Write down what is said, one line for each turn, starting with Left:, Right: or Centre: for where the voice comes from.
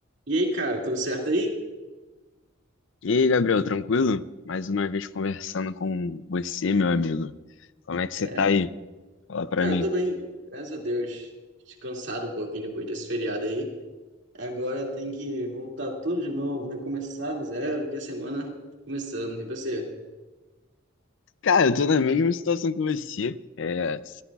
Right: E aí, cara, tudo certo aí?
Left: E aí, Gabriel, tranquilo? Mais uma vez conversando com você, meu amigo. Como é que você
Right: É,
Left: tá aí? Fala pra
Right: cara,
Left: mim.
Right: eu tô bem, graças a Deus. Descansado um pouquinho depois desse feriado aí. Agora tem que voltar tudo de novo, recomeçar do zero, que a semana tá começando. E você?
Left: Cara, eu tô na mesma situação que você. É,